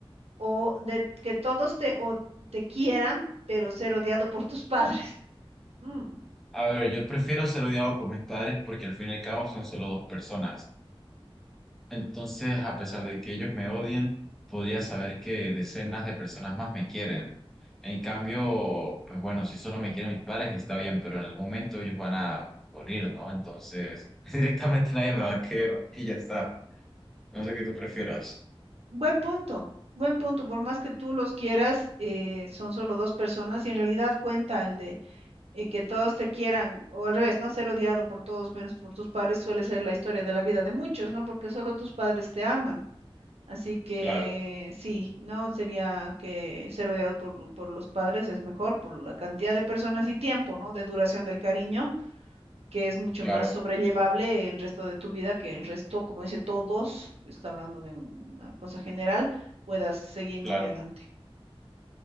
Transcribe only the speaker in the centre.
A ver, yo prefiero ser odiado por mis padres porque al fin y al cabo son solo dos personas. Entonces, a pesar de que ellos me odien, podría saber que decenas de personas más me quieren. En cambio, pues bueno, si solo me quieren mis padres está bien, pero en algún momento ellos van a morir, ¿no? Entonces, <laughs> directamente nadie me va a querer y ya está. No sé qué tú prefieras.
Claro,
claro,
claro.